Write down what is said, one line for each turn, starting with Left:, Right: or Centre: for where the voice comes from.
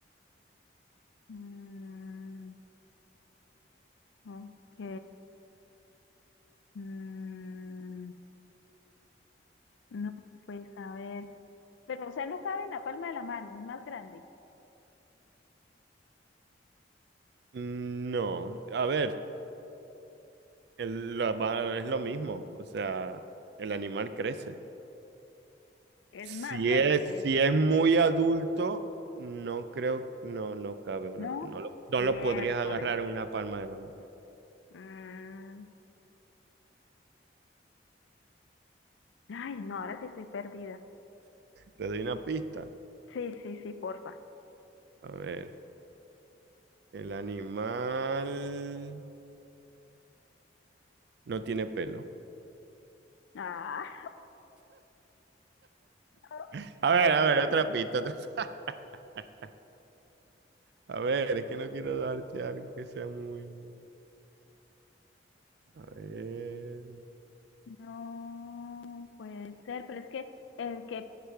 Left: Mm, ok, mm, no, pues a ver, pero o sea, no cabe en la palma de la mano, es más grande,
Right: Mm, No, a ver, el- la va- es lo mismo, o sea, el animal crece.
Left: es
Right: Si
Left: más grande
Right: es,
Left: que
Right: si
Left: esto,
Right: es muy adulto, no creo, no, no cabe una,
Left: ¿no?
Right: no lo, no
Left: Miércoles.
Right: lo podrías agarrar en una palma de la mano.
Left: Mm, ay, no, ahora sí estoy perdida.
Right: Te doy una pista.
Left: Sí, sí, sí, porfa.
Right: A ver, el animal no tiene pelo.
Left: Ah, <laughs>
Right: <laughs> A
Left: qué
Right: ver, a ver, otra pista. otra- <laughs> A ver, es que no quiero darte algo que sea muy... A ver.
Left: No puede ser, pero es que el que